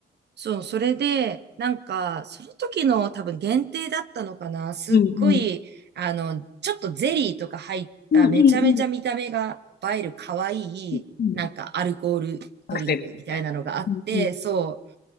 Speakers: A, on the right (about 60°); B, on the left (about 55°).
A: そう、それで、なんか、その時の多分限定だったのかな。すっごい、
B: うんうん。
A: あの、ちょっとゼリーとか入っためちゃめちゃ見た目が映える可愛い、
B: うんうんうんうん。
A: なんかアルコールドリンクみたいなのがあって、
B: カクテルみたいな。うんうん <laughs>
A: そう。